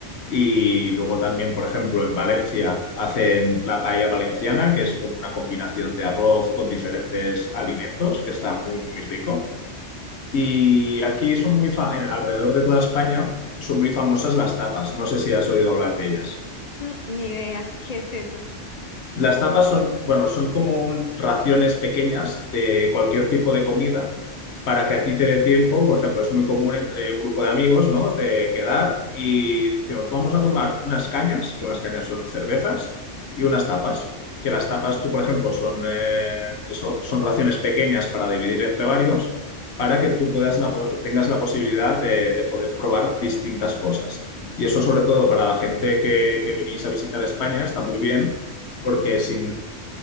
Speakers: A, on the left; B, on the left.
A: y luego también, por ejemplo, en Valencia hacen la paella valenciana, que es como una combinación de arroz con diferentes alimentos, que está muy, muy rico. Y aquí son muy, fa- en- alrededor de toda España son muy famosas las tapas. No sé si has oído hablar de ellas.
B: Mm, ni idea, <laughs> ¿qué es eso?
A: Las tapas son, bueno, son como un- raciones pequeñas de cualquier tipo de comida para que a ti te dé tiempo. Por ejemplo, es muy común entre un grupo de amigos, ¿no? De quedar y decimos, vamos a tomar unas cañas, que unas cañas son cervezas, y unas tapas. Que las tapas, tú, por ejemplo, son, eh, eso, son raciones pequeñas para dividir entre varios, para que tú puedas la po- tengas la posibilidad de, de poder probar distintas cosas. Y eso, sobre todo, para la gente que, que venís a visitar España, está muy bien porque sin,